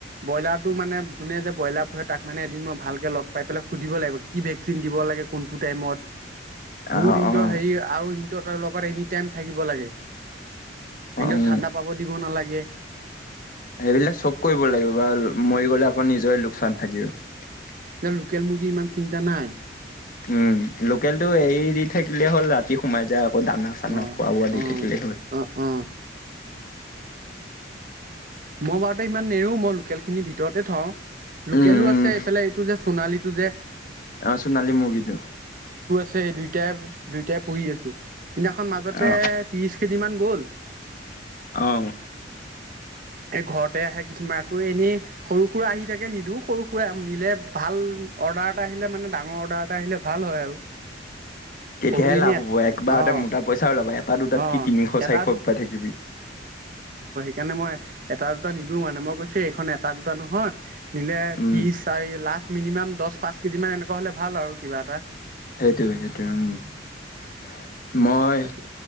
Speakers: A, on the right; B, on the left.
A: ব্ৰইলাৰটো মানে যোনে যে, ব্ৰইলাৰ পোহে তাক মানে এদিন মই ভালকে লগ পাই পেলাই সুধিব লাগিব, কি ভেকচিন দিব লাগে, কোনটো টাইমত?
B: অ',
A: বহুত হিতৰ
B: অ',
A: হেয়ি আৰু হিতৰ লগত এনিটাইম থাকিব লাগে। সেও
B: উম।
A: ঠাণ্ডা পাব দিব নালাগ য়ে
B: সেইবিলাক চব কৰিব লাগিব বা মৰি গ'লে আকৌ নিজৰে লোকচান থাকিব।
A: এয়া লোকেল মুৰ্গী ইমান চিন্তা নাই।
B: উম, লোকেলটো এৰি দি থাকিলে হ'ল ৰাতি সোমাই যায়। ও দানা, চানা
A: অ
B: খোৱা-বোৱা দি
A: অ
B: থাকিলেই হ'ল।
A: অ অ মই বাৰুতে ইমান নেৰো মই লোকেল খিনি ভিতৰতে থওঁ। লোকেলো
B: উম উম
A: আছে এইফালে এইটো জাষ সোণালীটো যে
B: অ', চুনালী মূৰ্গীটো।
A: ছে দুইটাই, দুইটাই পঢ়ি আছোঁ। সেইদিনাখন মাজতে
B: অ
A: ত্ৰিশ কেইদিমান গ'ল।
B: অহ।
A: এই ঘৰতে আহে কিছুমান আকৌ এনেই সৰু-সুৰা আহি থাকে নিদো, সৰু-সুৰা নিলে ভাল অৰ্ডাৰ এটা আহিলে মানে ডাঙৰ অৰ্ডাৰ এটা আহিলে ভাল হয় আৰু।
B: তেতিয়াহে
A: সৰু এনে
B: লাভ হ'ব। একবাৰ
A: অঁ
B: মোটা পইচাও ওলাব এটা দুটাত
A: অঁ
B: কি তিনিশ
A: এটা
B: চাৰিশ উপায় থাকিবি।
A: কেনেে মই এটা দুটা নিদিওঁ মানে মই কৈছো এইখন এটা দুটা নহয়। নিলে
B: উম
A: ত্ৰিশ চাৰি লাষ মিনিমাম দহ পাঁচ কেজি মান এনেকুৱা হলে ভাল আৰু কিবা এটা
B: সেইটোৱে সেইটোৱে উম মই
A: তাকে